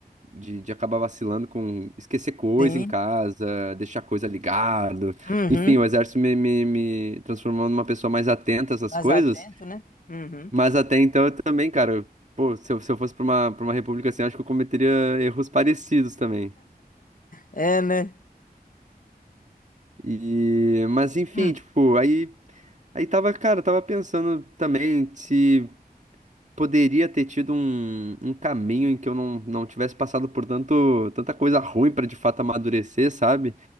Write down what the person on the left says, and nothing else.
sim.
Uhum.
Mais
atento, né? Uhum.
É, né?
Hum.